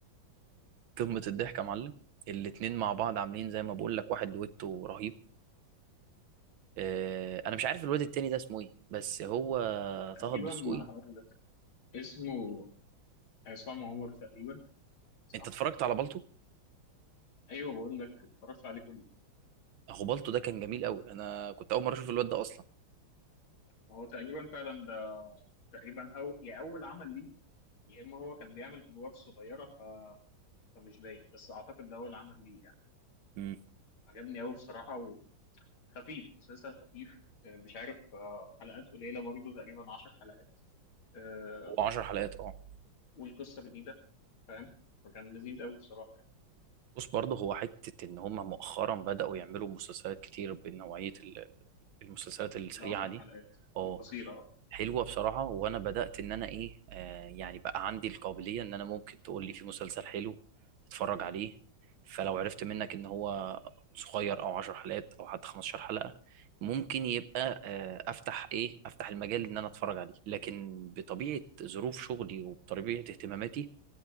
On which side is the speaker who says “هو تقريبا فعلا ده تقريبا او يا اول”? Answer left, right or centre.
Left